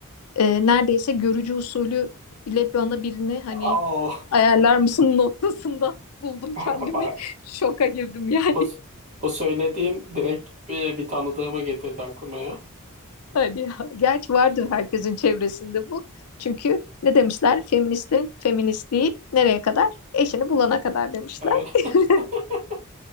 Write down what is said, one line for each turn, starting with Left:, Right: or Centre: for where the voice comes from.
Left: e, neredeyse görücü usulü ile bana birini hani
Right: Al.
Left: ayarlar mısın <laughs> noktasında buldum
Right: <laughs>
Left: kendimi.
Right: Bak.
Left: <laughs> Şoka girdim yani.
Right: Bu, bu söylediğin direkt bir, bir tanıdığımı getirdi aklıma ya.
Left: <laughs> Hadi ya. Gerçi vardır herkesin çevresinde bu. Çünkü ne demişler? Feministin feministliği nereye kadar? Eşini bulana kadar demişler.
Right: Öyle.
Left: <laughs>
Right: <laughs>